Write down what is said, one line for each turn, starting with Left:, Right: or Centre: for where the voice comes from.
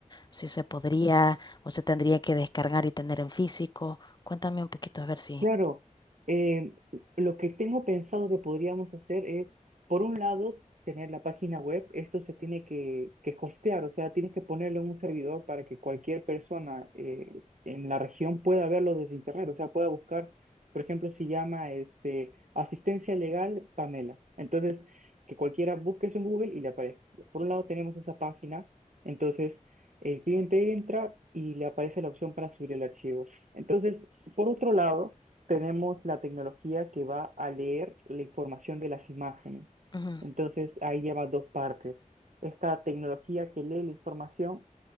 Left: si se podría o se tendría que descargar y tener en físico. Cuéntame un poquito a ver si.
Right: Claro, eh, lo que tengo pensado que podríamos hacer es, por un lado, tener la página web, esto se tiene que, que hostear, o sea, tienes que ponerlo en un servidor para que cualquier persona eh, en la región pueda verlo desde internet, o sea, pueda buscar, por ejemplo, si llama este, asistencia legal Pamela, entonces que cualquiera busque eso en Google y le aparece. Por un lado tenemos esa página, entonces el cliente entra y le aparece la opción para subir el archivo. Entonces, por otro lado, tenemos la tecnología que va a leer la información de las imágenes.
Left: Ujú,
Right: Entonces, ahí lleva dos partes. Esta tecnología que lee la información